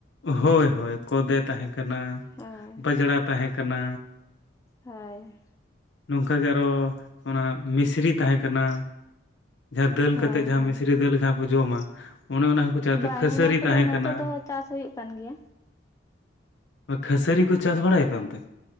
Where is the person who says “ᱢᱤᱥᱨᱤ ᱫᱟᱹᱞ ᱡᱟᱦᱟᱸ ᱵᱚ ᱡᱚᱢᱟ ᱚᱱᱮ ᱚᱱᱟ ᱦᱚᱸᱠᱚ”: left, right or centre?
Left